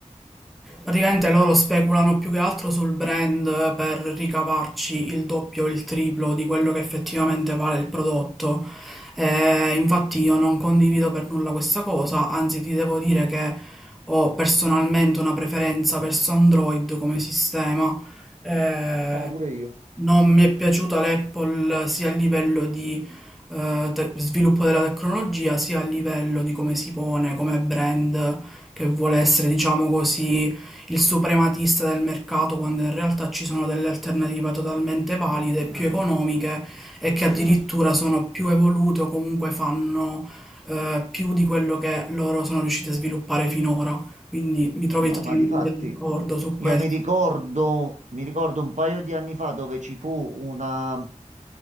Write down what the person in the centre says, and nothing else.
Praticamente loro speculano più che altro sul brand per ricavarci il doppio o il triplo di quello che effettivamente vale il prodotto. Eh, infatti io non condivido per nulla questa cosa, anzi ti devo dire che ho personalmente una preferenza verso Android come sistema. Eh,
non mi è piaciuta l'Apple sia a livello di eh, te- sviluppo della tecnologia, sia a livello di come si pone come brand che vuole essere, diciamo così, il suprematista del mercato quando in realtà ci sono delle alternative totalmente valide, più economiche e che addirittura sono più evolute o comunque fanno eh, più di quello che loro sono riusciti a sviluppare finora. Quindi mi trovi
totalmente
d'accordo su questo.